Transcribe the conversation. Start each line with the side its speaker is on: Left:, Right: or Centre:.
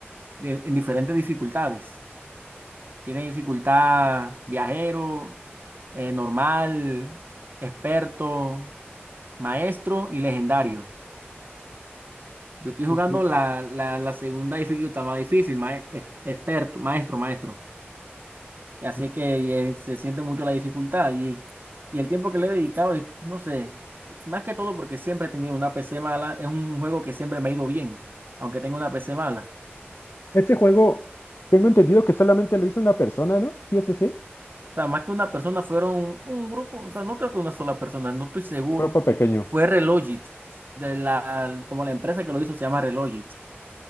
Right: de- en diferentes dificultades. Tiene dificultad viajero, eh, normal, experto, maestro y legendario. Yo estoy jugando
Left: Sí, sí,
Right: la, la, la segunda dificultad más difícil, mae- eh, experto, maestro, maestro. Y así
Left: sí, sí.
Right: que eh, se siente mucho la dificultad y, y el tiempo que le he dedicado es, no sé, más que todo porque siempre he tenido una PC mala, es un juego que siempre me ha ido bien, aunque tenga una PC mala.
Left: Este juego, tengo entendido que solamente lo hizo una persona, ¿no? Sí, es ese, sí,
Right: O sea, más que una persona fueron un grupo, o sea, no creo que una sola persona, no estoy seguro.
Left: un grupo pequeño.
Right: Fue Relogit, de la, como la empresa que lo hizo se llama Relogit.